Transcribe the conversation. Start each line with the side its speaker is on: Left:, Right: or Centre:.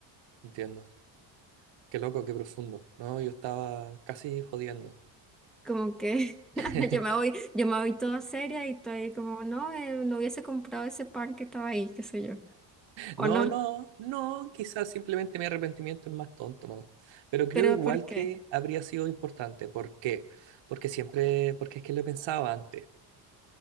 Right: entiendo. Qué loco, qué profundo. No, yo estaba casi jodiendo.
Centre: Como que <laughs>
Right: <laughs>
Centre: yo me voy, yo me voy toda seria y estoy como, no, eh, no hubiese comprado ese pan que estaba ahí, qué sé yo. O
Right: No,
Centre: no,
Right: no, no, quizás simplemente mi arrepentimiento es más tonto, ¿no? Pero creo
Centre: pero
Right: igual
Centre: ¿por qué?
Right: que habría sido importante. ¿Por qué? Porque siempre, porque es que lo pensaba antes.